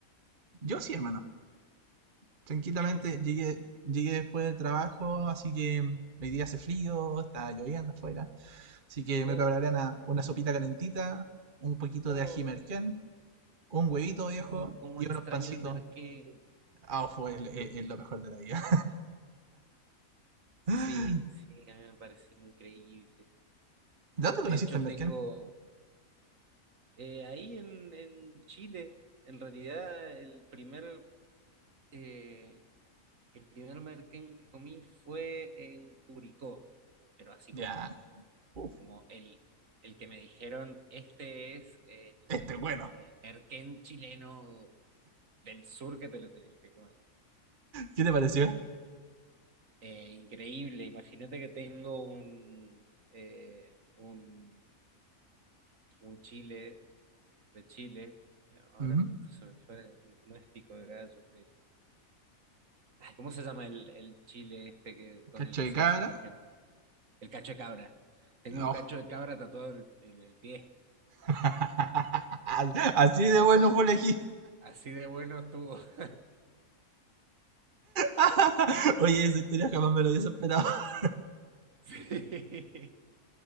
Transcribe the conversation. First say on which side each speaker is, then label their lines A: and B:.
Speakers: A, on the right; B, on the right.
A: Yo sí, hermano. Tranquilamente
B: ¿Qué almorzaste?
A: llegué, llegué después del trabajo, así que hoy día hace frío, está lloviendo afuera. Así que
B: Oh,
A: me prepararé una, una sopita calentita, un poquito
B: oh,
A: de ají merquén,
B: qué rico.
A: un huevito
B: Oh,
A: viejo
B: cómo
A: y
B: extraño
A: unos pancitos.
B: el merquén.
A: Ah, fue el- el- el lo mejor de la vida.
B: Sí,
A: <laughs>
B: sí, a mí me parece increíble.
A: ¿De dónde conociste
B: De hecho,
A: al Merkel?
B: tengo eh, ahí en, en Chile, en realidad, el primer, eh, el primer merquén que comí fue en Curicó, pero así
A: Ya.
B: como,
A: Uf,
B: como el, el que me dijeron, este es el,
A: este es bueno.
B: el merquén chileno del sur que te lo tenés que comer.
A: ¿Qué te pareció?
B: Eh, increíble, imagínate que tengo un, eh, un, un chile de Chile, que ahora
A: Ujú.
B: justo se me fue, no es pico de gallo, el- ay, ¿cómo se llama el, el chile este que, con
A: Cacho
B: el que
A: de
B: se
A: cabra.
B: hace el merquén? El cacho de cabra. Tengo un
A: Oh.
B: cacho de cabra tatuado en el, en el pie,
A: <laughs> Así de bueno fue elegir.
B: así de bueno estuvo. <laughs>
A: <laughs> Oye, esa historia jamás me lo hubiese esperado. <laughs>
B: Sí.